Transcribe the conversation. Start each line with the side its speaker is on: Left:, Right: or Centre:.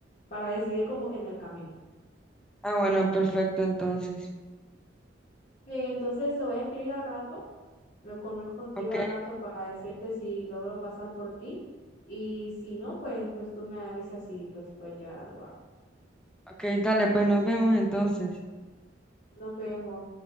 Left: para decidir como que en el camino.
Centre: Ah, bueno, perfecto entonces.
Left: Bien, entonces te voy a escribir al rato Me comunico contigo
Centre: Ok,
Left: al rato para decirte si logro pasar por ti y si no, pues, pues tú me avisas y pues puedes llegar al lugar.
Centre: ok, dale, pues nos vemos entonces.
Left: Nos vemos.